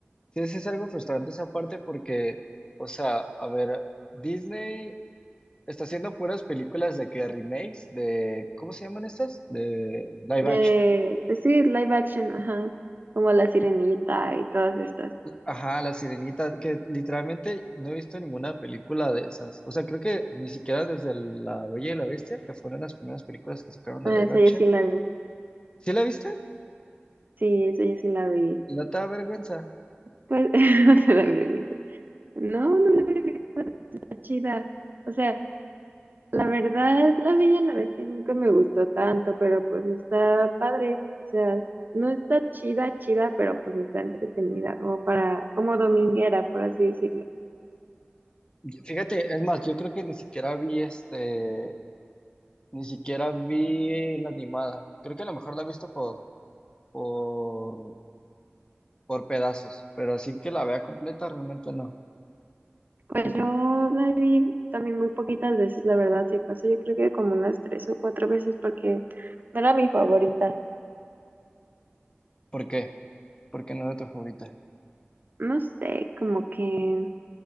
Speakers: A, on the left; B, on the right.
A: Sí, sí es algo frustrante esa parte porque, o sea, a ver, Disney está haciendo puras películas de que remakes de, ¿cómo se llaman estas? De live
B: De,
A: action
B: pues sí, live action, ajá. Como La Sirenita y todas estas.
A: Ajá, La Sirenita, que literalmente no he visto ninguna película de esas. O sea, creo que ni siquiera desde La Bella y la Bestia, que fueron las primeras películas que sacaron de
B: Ah,
A: live
B: esa
A: action.
B: yo sí la vi.
A: ¿Sí la viste?
B: Sí, esa yo sí la vi.
A: Y no te da vergüenza.
B: Pues <laughs> no te da vergüenza. No, no me da vergüenza chida. O sea, la verdad, La Bella y la Bestia nunca me gustó tanto, pero pues está padre. O sea, no está chida, chida, pero pues está entretenida, como para, como dominguera, por así decirlo.
A: Y Fíjate, es más, yo creo que ni siquiera vi este, ni siquiera vi la animada. Creo que a lo mejor la he visto por, por, por pedazos, pero así que la vea completa realmente no.
B: Pues yo la vi también muy poquitas veces, la verdad, si acaso yo creo que como unas tres o cuatro veces porque no era mi favorita.
A: ¿Por qué? Porque no era tu favorita,
B: No sé, como que